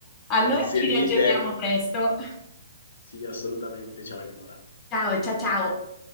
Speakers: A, on the left; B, on the left.
A: Allora
B: Grazie
A: ci
B: mille.
A: riaggiorniamo presto.
B: Sì, assolutamente. Ciao Eleonora.
A: Ciao, ciao, ciao.